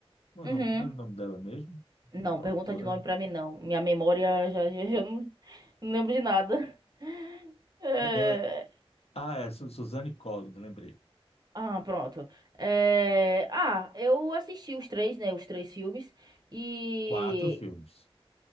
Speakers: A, on the left; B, on the right.
A: Como é
B: Uhum.
A: o nome- como era o nome dela mesmo?
B: Não,
A: O nome da
B: pergunta
A: autora?
B: de nome pra mim não. Minha memória já, já, já não lembro de nada. <laughs> É,
A: É, é- ah, é Su- Suzanne Collins, lembrei.
B: Ah, pronto. É, Ah, eu assisti os três, né? Os três filmes. E.
A: Quatro filmes.